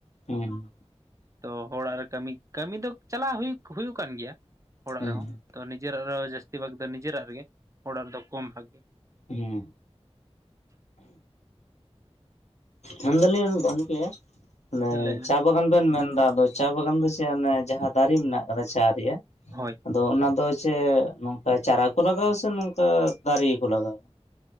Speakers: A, on the left; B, on the right.
A: ᱦᱩᱸ
B: ᱛᱚ ᱦᱚᱲᱟᱜ ᱨᱮ ᱠᱟᱹᱢᱤ, ᱠᱟᱹᱢᱤ ᱫᱚ ᱪᱟᱞᱟᱜ ᱦᱩᱭᱩᱜ ᱦᱩᱭᱩ ᱠᱟᱱ ᱜᱮᱭᱟ ᱚᱲᱟᱜ
A: ᱦᱮᱸ
B: ᱨᱮᱦᱚᱸ, ᱛᱚ ᱱᱤᱡᱮᱨᱟᱜ ᱨᱮ ᱦᱚ ᱡᱟᱹᱥᱛᱤ ᱵᱷᱟᱜᱽ ᱫᱚ ᱱᱤᱡᱮᱨᱟᱜ ᱨᱮᱜᱮ᱾ ᱦᱚᱲᱟᱜ ᱨᱮᱫᱚ ᱠᱚᱢ ᱵᱷᱟᱜᱮ᱾
A: ᱦᱩᱸ ᱢᱮᱱᱫᱟᱞᱤᱧ ᱜᱚᱝᱠᱮ ᱢᱟᱱᱮ
B: ᱛᱟᱦᱞᱮ
A: ᱪᱟ ᱵᱟᱜᱟᱱ ᱵᱤᱱ ᱢᱮᱱᱫᱟ ᱟᱫᱚ ᱪᱟ ᱵᱟᱜᱟᱱ ᱫᱚ ᱪᱮ ᱚᱱᱮ ᱡᱟᱸᱦᱟᱸ ᱫᱟᱨᱤ ᱢᱮᱱᱟᱜ ᱟᱠᱟᱫᱟ ᱪᱟ ᱨᱮᱭᱟᱜ
B: ᱦᱳᱭ
A: ᱫᱚ ᱚᱱᱟ ᱫᱚ ᱪᱮ ᱱᱚᱝᱠᱟ ᱪᱟᱨᱟ ᱠᱚ ᱞᱟᱜᱟᱣᱟ, ᱥᱮ ᱱᱚᱝᱠᱟ ᱫᱟᱨᱮ ᱜᱮ ᱠᱚ ᱞᱟᱜᱟᱣᱟ᱾